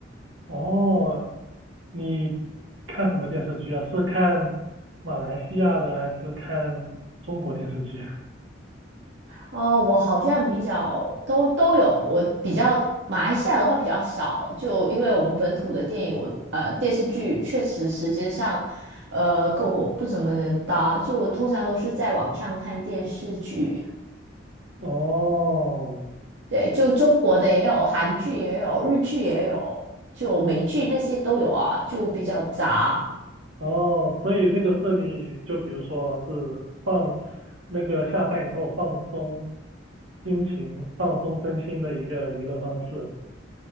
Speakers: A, on the right; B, on the right.
A: 哦，你看什么电视剧啊？是看马来西亚的还是看中国电视剧？
B: 哦，我好像比较都都有，我比较马来西亚的话比较少，就因为我们本土的电影，我呃电视剧确实时间上，呃跟我不怎么能搭，就我通常都是在网上看电视剧。
A: 哦，
B: 对，就中国的也有，韩剧也有，日剧也有，就美剧那些都有啊，就比较杂。
A: 哦，所以这个是你就比如说是放那个下班以后放松心情、放松身心的一个娱乐方式。